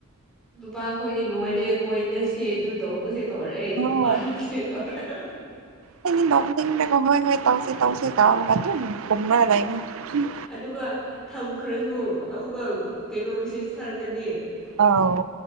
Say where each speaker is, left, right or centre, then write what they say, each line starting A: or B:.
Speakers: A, in the centre; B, on the right.
A: ꯅꯨꯄꯥꯈꯣꯏꯗꯤ ꯂꯣꯏꯔꯦ ꯀꯣꯏꯅꯁꯦ ꯑꯗꯨ ꯇꯧꯔꯁꯦ ꯇꯧꯔꯛꯑꯦ
B: ꯈꯨꯝꯃꯣ
A: ꯌꯨꯝ ꯄꯜꯂꯨꯁꯦ ꯇꯧꯔꯑꯦ
B: ꯈꯣꯏꯗꯤ ꯅꯣꯡꯗꯤꯡ ꯗꯒꯥ ꯇꯥꯎꯁ ꯇꯥꯎꯁ ꯇꯧꯔꯒ ꯑꯗꯨꯝ ꯈꯨꯝꯗꯅ ꯂꯩꯕꯅꯤ
A: ꯑꯗꯨꯒ ꯊꯝꯈ꯭ꯔꯁꯨ ꯑꯃꯨꯛꯀ ꯀꯩꯅꯣ ꯃꯤꯁꯦꯁ ꯊꯥꯔꯛꯂꯗꯤ
B: ꯑꯥꯎ